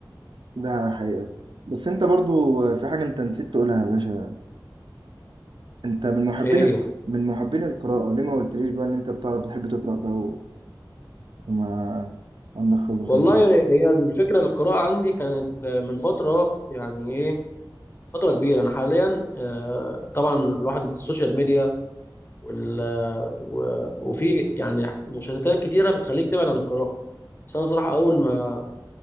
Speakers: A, on the right; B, on the left.
A: ده حقيقة بس انت برضو في حاجة انت نسيت تقولها يا باشا انت من محبين
B: ايه هي
A: الك... من محبين القراءة ليه ما قلتليش بقى ان انت بتعرف بتحب تقرأ بقى و- وما عندك خبرة في
B: والله
A: الموضوع
B: هي الفكرة القراءة عندي كانت آه، من فترة يعني ايه فترة كبيرة أنا حاليا آه، طبعا الواحد السوشيال ميديا وال آه، و- وفي يعني مشتتات كتيرة بتخليك تبعد عن القراءة بس أنا بصراحة أول ما